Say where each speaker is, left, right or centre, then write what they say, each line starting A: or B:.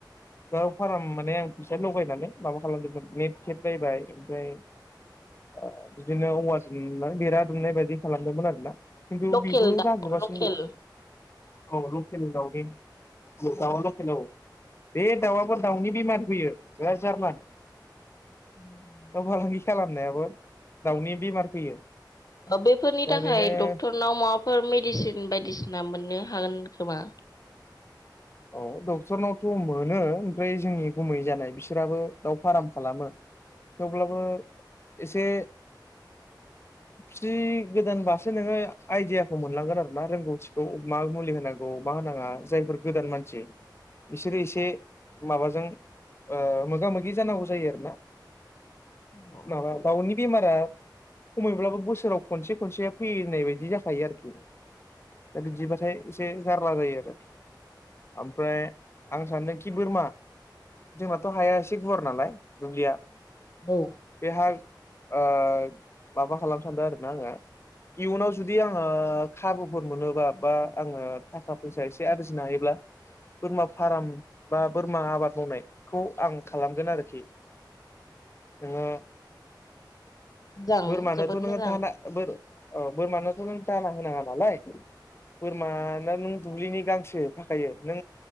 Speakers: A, on the left; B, on the left.
A: दाउ फार्म माने आं फैसा लगायनानै माबा खालामदोंमोन नेेट थेद बायबाय ओमफ्राय ओ बिदिनो औवा दुमनाय बेरा दुमनाय बायदि खालामदोंमोन आरो ना । खिन्थु
B: लकेल
A: बेबो
B: दाउ
A: जाजोबासै
B: लकेल
A: औ लकेल दाउनि दाउआ लके हेलौ बे दाउआबो दाउनि बेमार फैयो बेराद जार्ला ।
B: <inaudible>
A: दाउ फालांगि खालामनायाबो दाउनि बेमार फैयो
B: बेफोरनि
A: दा
B: थाखाय
A: बेनो
B: डक्टरनाव माबाफोर मेडिसिन बायदिसिना मोननो हागोन खोमा
A: औ डक्टरनावथ' मोनो ओमफाय जोंनि गमै जानाय बिस बिसोराबो दाउ फार्म खालामो थेवब्लाबो एसे फिदि गोदानबासो नोङो आइदियाखौ मोनलांगोन आरोना रोंगौथिखौ मा मुलि होनांगौ मा होनाङा जायफोर गोदान मानसि बिसोरो एसे माबाजों ओ मोगा मोगि जानांगौ जायो आरोना
B: औ
A: माबा बावनि बेमारा खमैब्लाबो बोसोराव खनसे खनसे फैयो होननाय बायदि जाखायो आरोखि दा बिदिबाथाय एसे जारला जायो आरो ओमफ्राय आं सानदोंखि बोरमा जोंनाथ' हाया एसे गुवार नालाय दुब्लिया
B: औ
A: बेहार ओ माबा खालामनो सान्दों आरोना आङो इयुनाव जुदि आङो खाबुफोर मोनोबा बा आङो थाखा फैसा एसे आरजि फिनो हायोब्ला बोरमा फार्म बा बोरमा आबाद मावनायखौ आं खालामगोन आरोखि नोङो
B: मोजां
A: बोरमानोथ'
B: जोबोद
A: नोङो
B: मोजां
A: दाना बोर ओ बोरमानो खौ नों दाना होनाङा नालाय बोरमा ना नों दुब्लिनि गांसो थाखायो नो